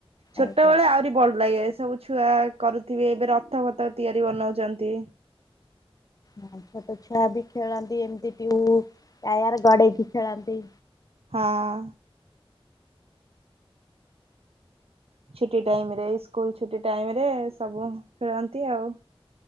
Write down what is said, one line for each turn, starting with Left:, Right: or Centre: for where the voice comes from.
Right: ଛୋଟବେଳେ
Left: ଏଇ ତ
Right: ଆହୁରି ଭଲ ଲାଗେ ସବୁ ଛୁଆ କରୁଥିବେ, ଏବେ ରଥଫଥ ତିଆରି ବନଉଚନ୍ତି।
Left: ହଁ, ଛୋଟଛୁଆ ବି ଖେଳନ୍ତି ଏମିତି ଟିୟୁ ଟାୟାର ଗଡେଇକି ଖେଳନ୍ତି।
Right: ହଁ ଛୁଟି ଟାଇମ୍ ରେ ସ୍କୁଲ ଛୁଟି ଟାଇମ୍ ରେ ସବୁ ଖେଳନ୍ତି ଆଉ